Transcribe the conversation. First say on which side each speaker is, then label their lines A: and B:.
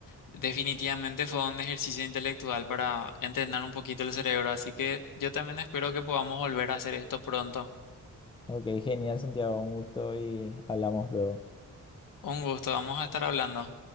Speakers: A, on the left; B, on the left.
A: definitivamente fue un ejercicio intelectual para entrenar un poquito el cerebro. Así que yo también espero que podamos volver a hacer esto pronto.
B: Ok, genial, Santiago, un gusto y hablamos luego.
A: Un gusto, vamos a estar hablando.